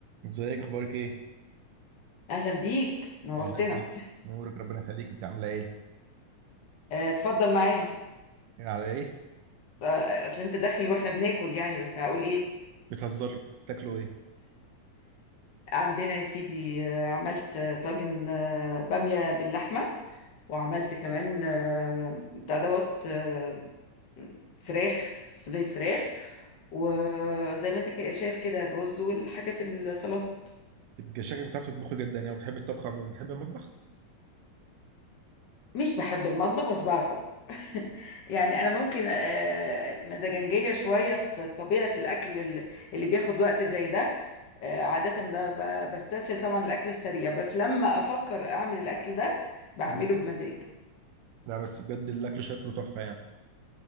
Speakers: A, on the right; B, on the left.
A: ازيك اخبارك ايه
B: اهلا بيك نورتنا
A: اهلا بيك نورك ربنا يخليك انت عامله ايه
B: آه، اتفضل معانا
A: ايه على ايه
B: آه، اصل انت داخل واحنا بناكل يعني بس هقول ايه
A: بتهزري بتاكلوا ايه
B: عندنا يا سيدي آه، عملت آه، طاجن آه، بامية باللحمة وعملت كمان آه، بتاع دوت آه، فراخ صينية فراخ وزي ما انت كده شايف كده الرز والحاجات السلطات
A: تبقى شكلك بتعرف تطبخي جدا يعني وبتحب الطبخ عموما بتحب المطبخ
B: مش بحب المطبخ بس بعرف اطبخ <laughs> يعني انا ممكن آه، مزاجنجيه شويه في طبيعه الاكل ال- اللي بياخد وقت زي ده آه، عاده ب- ب- بستسهل طبعا الاكل السريع بس لما افكر اعمل الاكل ده بعمله
A: مم.
B: بمزاج
A: لا بس بجد الاكل شكله تحفه يعني